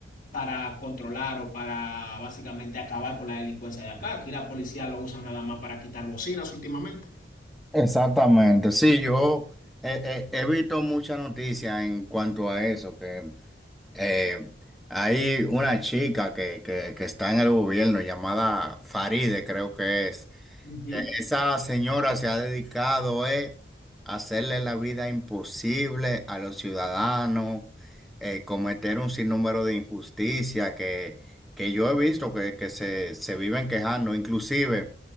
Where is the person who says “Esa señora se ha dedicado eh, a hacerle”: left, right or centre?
Centre